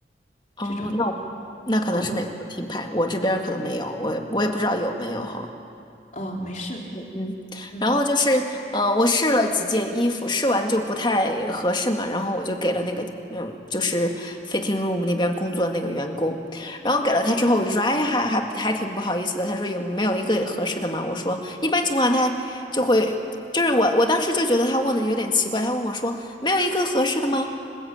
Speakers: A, on the left; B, on the left.
A: 哦，
B: 这种。
A: 那我那可能是美国品牌，
B: 哦，对，
A: 我这边儿可能没有，我也我也不知道有没有哈。
B: 哦，没事，
A: 嗯，
B: 嗯，
A: 然后就是，呃，我试了几件衣服，试完就不太合适嘛，然后我就给了那个，嗯，就是 fitting room 那边工作的那个员工，然后给了他之后，我就说，哎，还还还挺不好意思的。他说有没有一个合适的嘛？我说一般情况下他就会，就是我我当时就觉得他问的有点奇怪，他问我说没有一个合适的吗？